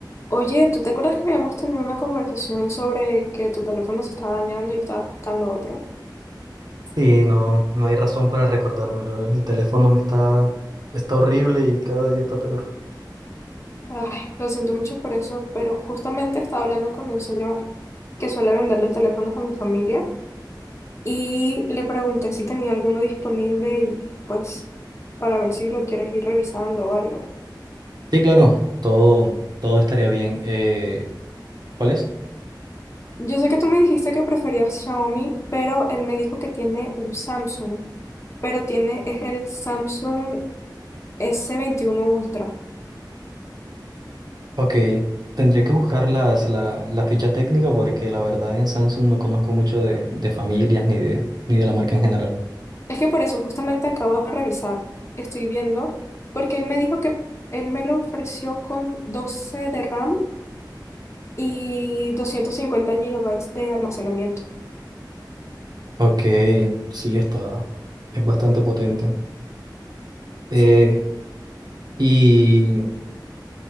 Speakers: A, on the left; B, on the right.
A: Oye, ¿tú te acuerdas que habíamos tenido una conversación sobre que tu teléfono se estaba dañando y estabas buscando otro?
B: Sí, no, no hay razón para recordármelo. El teléfono me está, está horrible y cada día está peor.
A: Ay, lo siento mucho por eso, pero justamente estaba hablando con un señor que suele venderle teléfonos a mi familia y le pregunté si tenía alguno disponible y pues para ver si lo quieres ir revisando o algo.
B: Sí, claro, todo, todo estaría bien. Eh, ¿cuál es?
A: Yo sé que tú me dijiste que preferías Xiaomi, pero él me dijo que tiene un Samsung, pero tiene es el Samsung s veintiuno Ultra.
B: Ok, tendría que buscar las, la, la ficha técnica porque la verdad en Samsung no conozco mucho de, de familias ni de, ni de la marca en general.
A: Es que por eso justamente acabo de revisar, estoy viendo, porque él me dijo que él me lo ofreció con 12 de RAM y 250 gigabytes de almacenamiento.
B: Ok, sí, está, es bastante potente. Eh,
A: Sí,
B: y,